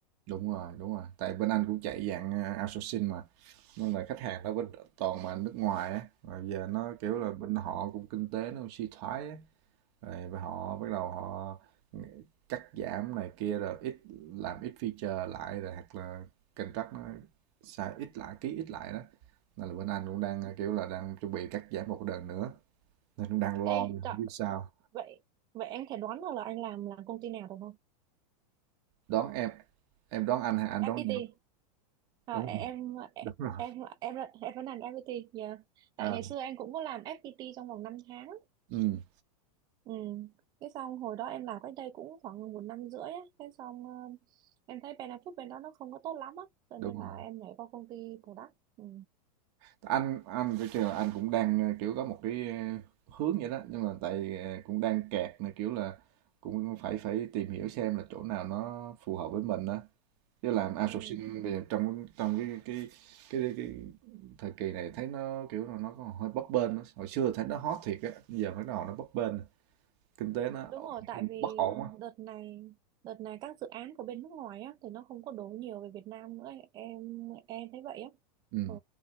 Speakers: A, on the right; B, on the right.
A: đúng rồi, đúng rồi. Tại bên anh cũng chạy dạng ờ, outsourcing mà. nên là khách hàng ở bên toàn mà nước ngoài á rồi giờ nó kiểu
B: Ừ.
A: là bên họ cũng kinh tế nó suy thoái á rồi bên họ bắt đầu họ cắt giảm này kia rồi ít làm ít feature lại rồi hoặc là contract nó sai ít lại ký ít lại đó nên là bên anh cũng đang kiểu là đang chuẩn bị cắt giảm một đợt nữa nên cũng đang
B: Ê,
A: lo nè,
B: trời,
A: không biết sao
B: vậy vậy em thể đoán được là anh làm là công ty nào được không?
A: đón em em đón anh hay anh đón
B: FPT.
A: em
B: À,
A: đúng rồi
B: em
A: đúng rồi
B: em em em vẫn làm FPT. Yeah. Tại
A: à,
B: ngày xưa em cũng có làm FPT trong vòng 5 tháng
A: ừ
B: Ừ. Cái xong hồi đó em làm cách đây cũng khoảng một năm rưỡi á. Cái xong ờ, em thấy benefit bên đó nó không có tốt lắm á. Cho
A: đúng
B: nên là
A: rồi
B: em nhảy qua công ty product. Ừ.
A: anh anh phải kêu là anh cũng đang ờ, kiểu có một cái ờ, hướng vậy đó nhưng mà tại ờ, cũng đang kẹt này kiểu là cũng phải phải tìm hiểu xem là chỗ nào nó phù hợp với mình đó chứ làm outsourcing
B: Ừ.
A: bây giờ trong trong cái cái cái cái, cái thời kỳ này thấy nó kiểu là nó còn hơi bấp bênh đó. hồi xưa thấy nó hot thiệt á giờ mới nào nó bấp bênh kinh tế nó
B: Đúng
A: ổn-
B: rồi, tại vì
A: bất ổn á
B: đợt này đợt này các dự án của bên nước ngoài á thì nó không có đổ nhiều về Việt Nam nữa em em thấy vậy á.
A: ừ
B: Ừ.